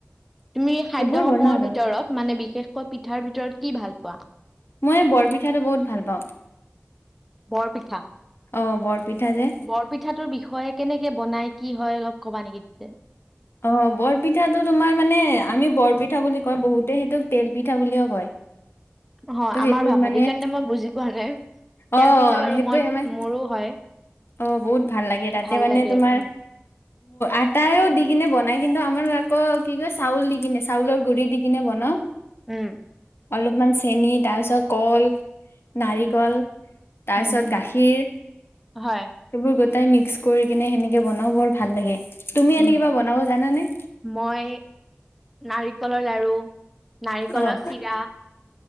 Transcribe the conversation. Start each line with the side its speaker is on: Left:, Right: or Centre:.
Centre: তুমি খাদ্য
Left: সেইবোৰ
Centre: সমূহৰ
Left: বনাও আৰু
Centre: ভিতৰত মানে বিশেষকৈ পিঠাৰ ভিতৰত কি ভাল পোৱা
Left: মই বৰপিঠাটো বহুত ভাল পাওঁ
Centre: বৰপিঠা
Left: অ বৰপিঠা যে
Centre: বৰপিঠাটোৰ বিষয়ে কেনেকে বনাই কি হয় অলপ ক'বা নেকি তেন্তে?
Left: অ বৰপিঠাটো তোমাৰ মানে আমি বৰপিঠ পিঠা বুলি কয় বহুতে সেইটোক তেল পিঠা বুলিও কয়
Centre: অ
Left: ত' সেইটোত
Centre: আমাৰ ভাষাটো
Left: মানে
Centre: কাৰণে মই বুজি পোৱা নাই
Left: অ
Centre: তেল পিঠা বাৰু
Left: সেইটোয়ে
Centre: মোৰ
Left: মানে
Centre: মোৰো হয়
Left: অ বহুত ভাল লাগে তাতে
Centre: ভাল
Left: মানে
Centre: লাগে
Left: তোমাৰ
Centre: উম।
Left: আটায়ও দি কিনে বনাই কিন্তু আমাৰ আকৌ কি কয় চাউল দি কিনে চাউলৰ গুৰি দি কিনে বনা
Centre: উম
Left: অলপমান চেনি তাৰপিছত কল নাৰিকল
Centre: উম
Left: তাৰপিছত
Centre: উম
Left: গাখীৰ
Centre: হয়
Left: সেইবোৰ গোটাই মিক্স কৰি কিনে সেনেকে বনাও বৰ ভাল লাগে তুমি
Centre: উম
Left: এনে কিবা বনাব জানানে
Centre: মই নাৰিকলৰ লাৰু নাৰিকলৰ
Left: অ'।
Centre: চিৰা